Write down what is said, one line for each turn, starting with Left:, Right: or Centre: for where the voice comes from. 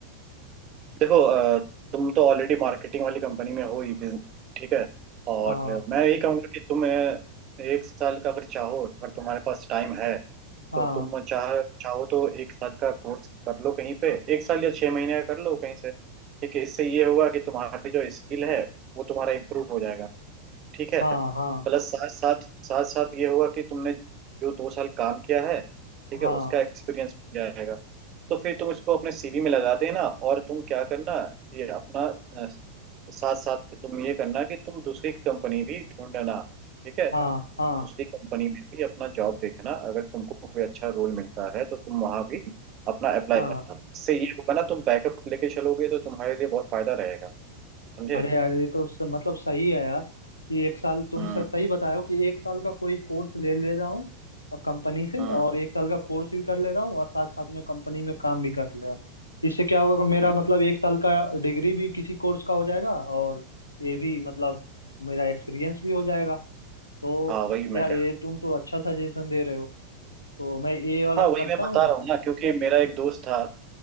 Right: देखो अ, तुम तो ऑलरेडी मार्केटिंग वाली कंपनी में हो ही बिज- ठीक है और
Left: हाँ
Right: मैं यही कहूँगा कि तुम अ, एक साल का अगर चाहो अगर तुम्हारे पास टाइम है
Left: हाँ
Right: तो तुम चाह चाहो तो एक साल का कोर्स कर लो कहीं पे एक साल या छह महीने का कर लो कहीं से ठीक है इससे ये होगा कि तुम्हारी जो स्किल है वो तुम्हारा इम्प्रूव हो जाएगा ठीक है
Left: हाँ हाँ
Right: प्लस साथ साथ साथ साथ ये होगा कि तुमने जो दो साल काम किया है ठीक
Left: हाँ
Right: है उसका एक्सपीरियंस मिल जाएगा तो फिर तुम इसको अपने सीवी में लगा देना और तुम क्या करना कि अपना अ, साथ साथ में तुम ये करना कि तुम दूसरी कंपनी भी ढूंढना ठीक है
Left: हाँ हाँ
Right: दूसरी कंपनी में भी अपना जॉब देखना अगर तुमको कोई अच्छा रोल मिलता है तो तुम वहां भी अपना अप्लाई
Left: हाँ
Right: करना इससे ये होगा ना तुम बैकअप लेके चलोगे तो तुम्हारे लिए बहुत फायदा रहेगा समझे
Left: अरे यार ये तो उससे मतलब सही है यार कि एक साल तुम
Right: हम्म
Left: स- सही बताए हो कि एक साल का कोई कोर्स ले ले रहा हूँ और कंपनी से
Right: हम्म
Left: और एक साल का कोर्स भी कर ले रहा हूँ और साथ साथ में कंपनी में काम भी कर ले रहा हूँ इससे क्या होगा कि मेरा
Right: हम्म।
Left: मतलब एक साल का डिग्री भी किसी कोर्स का हो जाएगा और ये भी मतलब मेरा एक्सपीरियंस भी हो जाएगा तो
Right: हाँ वही
Left: यार
Right: मैं कह
Left: ये तुम तो अच्छा सजेशन दे रहे हो तो मैं ये वाला
Right: रहा हाँ वही
Left: करता
Right: मैं बता
Left: हूँ
Right: रहा हूँ ना क्योंकि मेरा एक दोस्त था